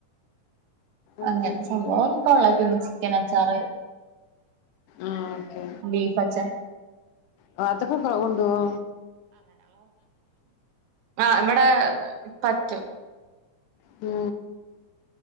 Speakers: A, on the left; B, on the right.
A: ഓക്കെ
B: അങ്ങനെ
A: ഓക്കെ
B: സംഭവം കൊള്ളാം പിന്നെ ചിക്കൻ അച്ചാറ്
A: ആ ഓക്കേ
B: ബീഫ് അച്ചാർ
A: പാത്തകക്കോക്കെ കൊണ്ടൊവോ
B: ആ ഇവിടെ പറ്റും
A: മ്മ്